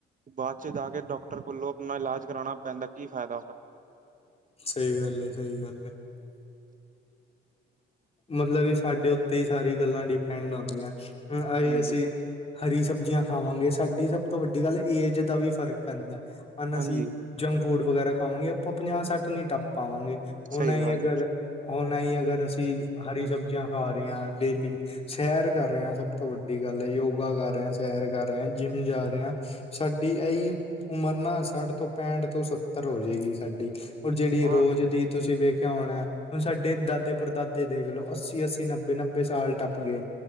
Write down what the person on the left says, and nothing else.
ਸਹੀ ਗੱਲ ਹੈ, ਸਹੀ ਗੱਲ ਹੈ। ਮਤਲਬ ਵੀ, ਸਾਡੇ ਉੱਤੇ ਹੀ ਸਾਰੀ ਗੱਲਾਂ ਡਿਪੈਂਡ ਆਉਂਦੀਆਂ ਹਨ ਆਹੀ
ਅਸੀਂ। ਹਰੀ ਸਬਜ਼ੀਆਂ ਖਾਵਾਂਗੇ, ਸਾਡੀ ਸਭ ਤੋਂ ਵੱਡੀ ਗੱਲ ਏਜ ਦਾ ਵੀ ਫ਼ਰਕ ਪੈਂਦਾ ਹੈਨਾ
ਅਸੀਂ ਜੰਕ ਫੂਡ ਵਗੈਰਾ ਖਾਵਾਂਗੇ, ਆਪਾਂ ਪੰਜਾਹ ਸੱਠ ਨੀ ਟੱਪ ਪਾਵਾਂਗੇ
ਹੁਣਂ ਇਹੀ
ਅਗਰ
ਓ ਨਾਂ ਹੀ ਅਗਰ, ਅਸੀਂ ਹਰੀ ਸਬਜ਼ੀਆਂ ਖਾ ਰਹੇ ਹਾਂ ਡੇਲੀ ਸੈਰ ਕਰ ਰਿਆ, ਸਭ ਤੋਂ ਵੱਡੀ ਗੱਲ ਹੈ, ਯੋਗਾ ਕਰ ਰਿਅ, ਸੈਰ ਕਰ ਰਿਆ, ਜਿੰਮ ਜਾ ਰਿਆ ਸਾਡੀ, ਐ ਈ ਉਮਰ ਨਾ ਸੱਠ ਤੋਂ ਪੈਂਠ ਤੋਂ ਸੱਤਰ ਹੋ, ਜੇ ਗੀ ਸਾਡੀ ਓ ਜੇੜੀ
ਰੋਜ਼ ਦੀ ਤੁਸੀਂ ਵੇਖਿਆ ਹੋਣਾ, ਓ ਸਾਡੇ ਦਾਦੇ ਪਰਦਾਦੇ ਦੇਖ ਲੋ, ਅੱਸੀ ਅੱਸੀ, ਨੱਬੇ ਨੱਬੇ ਸਾਲ ਟੱਪ ਗਏ,